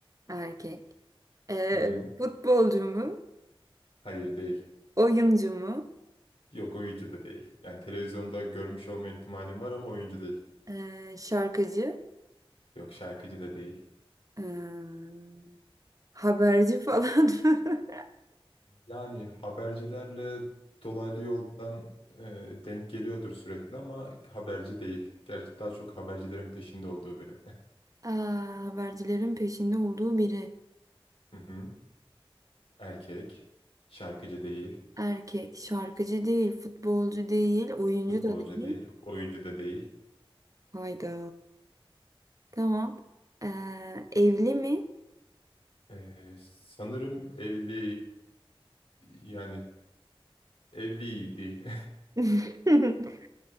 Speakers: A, on the right; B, on the left.
A: Erkek. Ee,
B: Hı hı.
A: futbolcu mu?
B: Hayır değil.
A: Oyuncu mu?
B: Yok oyuncu da değil. Yani televizyonda görmüş olma ihtimalim var ama oyuncu değil.
A: Ee, şarkıcı?
B: Yok şarkıcı da değil.
A: Ee, haberci falan mı? <laughs>
B: Yani habercilerle dolaylı yoldan e, denk geliyordur sürekli ama haberci değil. Gerçi daha çok habercilerin peşinde olduğu biri.
A: Aa, vergilerin peşinde olduğu biri.
B: <laughs> Hı hı. Erkek, şarkıcı değil,
A: Erkek, şarkıcı değil, futbolcu değil, oyuncu
B: futbolcu
A: da değil.
B: değil, oyuncu da değil.
A: Hayda. Tamam. Ee, evli mi?
B: E, sanırım evli yani evliydi.
A: <laughs>